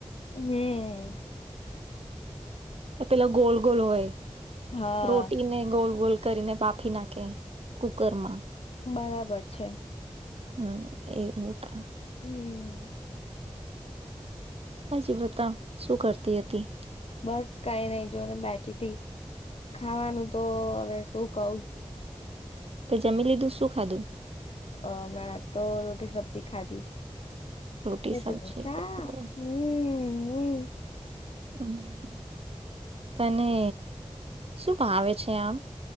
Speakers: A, on the left; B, on the right.
A: હમ્મ.
B: એ પેલા ગોલ ગોલ હોય.
A: હા
B: રોટીને ગોલ ગોલ કરીને બાફી નાખે કુકરમાં.
A: બરાબર છે.
B: હમ એ રોટા.
A: હમ્મ.
B: હજી બતાવ શું કરતી હતી.
A: બસ કઈ નઈ જોને બેઠીથી ખાવાનું તો અ વે શું કવ.
B: તે જમી લીધું શું ખાધું.
A: અ મેં તો રોટી સબ્જી ખાધી.
B: રોટી
A: <unintelligible>
B: સબ્જી
A: શાખ
B: બરાબર
A: હમ્મ હમ્મ.
B: હમ્મ. તને. શું ભાવે છે આમ?